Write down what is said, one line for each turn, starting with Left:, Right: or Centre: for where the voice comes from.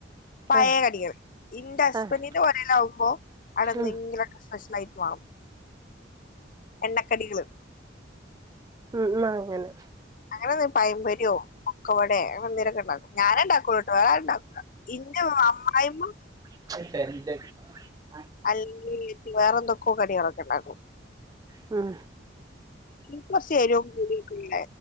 Left: പയകടിയോ
Right: ആഹ്
Left: ഇന്റെ ഹസ്ബൻറ്റിന്റെ
Right: ആഹ്
Left: കൊടെലവുമ്പോ അവിടെഎന്തെകിലുംഒക്കെ
Right: ഉം
Left: സ്പെഷ്യൽആയിക്ക്‌ ആവും എണ്ണക്കടികള്
Right: ഉ ഉം അങ്ങനെ
Left: അങ്ങനെന്ന് പയമ്പരിയോ കൊക്കവടയോ എന്ദിരൊക്കെ ഉണ്ടാക്കൂ ഞാനൻ ഉണ്ടാക്കളുട്ടോവേറെആരും ഉണ്ടാക്കൂല ഇന്റെ അമ്മായിമ്മ
Right: <unintelligible>
Left: അല്ലക്കി വേറെന്തൊക്കെയോ കടികളൊക്കെ ഉണ്ടാക്കും
Right: ഹ്മ്
Left: ഇപ്രശ്ര്ര് കുടിട്ടുള്ള